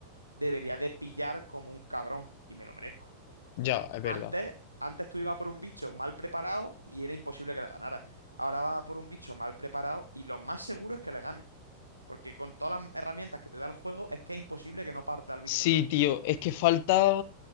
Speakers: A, on the right; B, on the left.
A: debería de pillar como un cabrón y me lo merezco.
B: Ya, es verdad.
A: Antes, antes tú ibas por un bicho mal preparado y era imposible que le ganara. Ahora vas a por un bicho mal preparado y lo más seguro es que le gane. Porque con todas las herramientas que te da el juego, es que es imposible que no parta el bicho
B: Sí,
A: en dos.
B: tío, es que falta,